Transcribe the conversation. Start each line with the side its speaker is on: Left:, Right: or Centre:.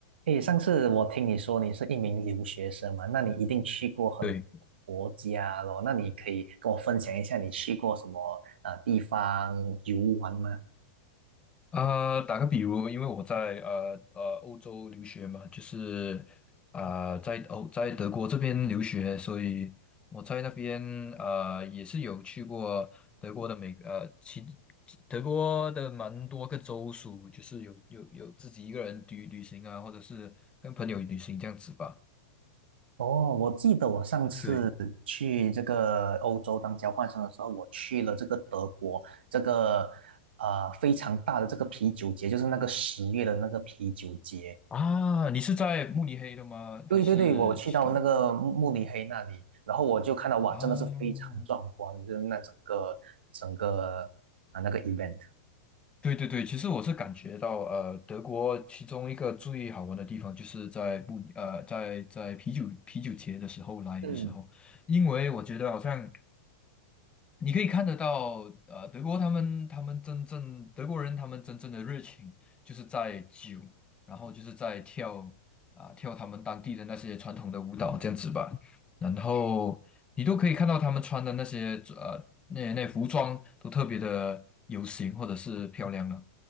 Right: 诶，上次我听你说你是一名留学生嘛，那你一定去过很多国家咯，
Left: 对
Right: 那你可以跟我分享一下你去过什么呃地方游玩吗？
Left: 啊、打个比如，因为我在呃呃欧洲留学嘛，就是啊、在欧在德国这边留学，所以我在那边呃也是有去过德国的每呃其德国的蛮多个州属，就是有有有自己一个人旅旅行啊，或者是跟朋友旅行这样子吧。
Right: 哦，我记得我上次去这个欧洲当交换生的时候，
Left: 对
Right: 我去了这个德国，这个呃非常大的这个啤酒节，就是那个十月的那个啤酒节。
Left: 啊，你是在慕尼黑的吗？
Right: 对对对，
Left: 还是其他
Right: 我去到那个慕尼黑那里，然后我就看到哇，
Left: 啊？
Right: 真的是非常壮观，就是那整个整个啊那个 event。
Left: 对对对，其实我是感觉到，呃，德国其中一个最好玩的地方就是在不呃，在在啤酒啤酒节的时候来的时候，
Right: 嗯，
Left: 因为我觉得好像你可以看得到，呃，德国他们他们真正德国人他们真正的热情就是在酒，然后就是在跳啊、跳他们当地的那些传统的舞蹈这样子吧，然后你都可以看到他们穿的那些呃那那服装都特别的有型或者是漂亮了。